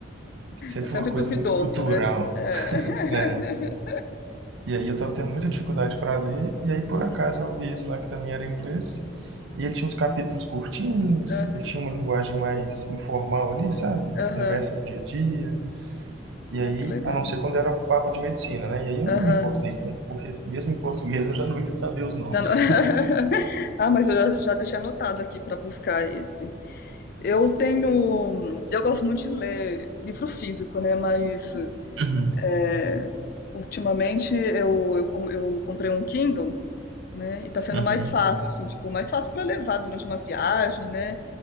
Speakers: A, on the right; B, on the left.
A: sempre
B: É sempre
A: uma coisa
B: duvidoso,
A: muito cultural,
B: né? É. <laughs>
A: né? E aí eu tava
B: Verdade.
A: tendo muita dificuldade para ler, e aí por
B: Uhum.
A: acaso eu vi esse lá que também era em inglês, e ele tinha uns capítulos curtinhos,
B: Aham,
A: ele tinha uma linguagem mais informal ali, sabe?
B: aham.
A: Conversa do dia a dia. E aí,
B: Ai, que legal.
A: a não ser quando era papo de medicina, né, e aí eu
B: Aham.
A: não me importei tanto, porque mesmo em português eu já não ia saber os nomes.
B: Já ano- <laughs> Ah, mas eu já, já deixei anotado aqui para buscar esse. Eu tenho. Eu gosto muito de ler livro físico, né? Mas
A: Uhum,
B: é, ultimamente eu, eu, com- eu comprei um Kindle. né? E tá sendo
A: uhum.
B: mais fácil, assim, tipo, mais fácil para levar durante uma viagem, né?